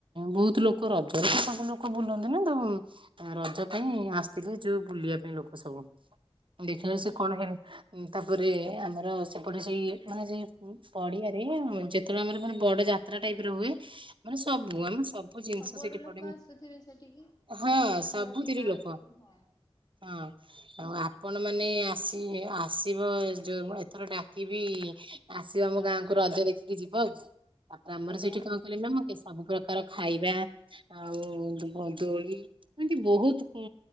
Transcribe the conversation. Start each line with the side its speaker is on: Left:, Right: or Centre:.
Right: ବହୁତ ଲୋକ ରଜରେ ତ ସବୁ ଲୋକ ବୁଲନ୍ତି ନା ତ ରଜ ପାଇଁ ଆସିଥିଲେ ଯୋଉ ବୁଲିବା ପାଇଁ ଲୋକ ସବୁ ଦେଖିଲେ
Left: ଆଜ୍ଞା
Right: ସେ କଣ ହେଲେ ତାପରେ ଆମର ସେପଟେ ସେଇ ମାନେ ଯ ଁ ପଡିଆରେ ଯେତେବେଳେ ଆମର ମାନେ ବଡ ଯାତ୍ରା ଟାଇପରେ ହୁଏ। ମାନେ ସବୁ
Left: ଆଜ୍ଞା
Right: ଆମ ସବୁ ଜିନିଷ
Left: ସବୁଆଡୁ
Right: ସେଇଠି
Left: ଲୋକ
Right: ପଡେ
Left: ଆସୁଥିବେ ସେଠିକି?
Right: ହଁ
Left: ପାଖାପାଖି
Right: ସବୁଥିରେ
Left: ଗାଁ
Right: ଲୋକ
Left: ସବୁ ହଁ
Right: ହଁ ଆଉ ଆପଣ ମାନ ଆସ ଆସିବ ଯେଉଁ ଏଥର ଡାକିବି। ଆସିବ ଆମ ଗାଁକୁ ରଜ ଦେଖିକି ଯିବ ଆଉ ତାପରେ ଆମର
Left: ଆଜ୍ଞା
Right: ସେଇଠି
Left: ଆଜ୍ଞା
Right: କଣ କଲେ ନା ମୁଁ ସବୁ ପ୍ରକାର ଖାଇବା ଆଉ ଦୋଳି ଏମତି ବହୁତ ଉ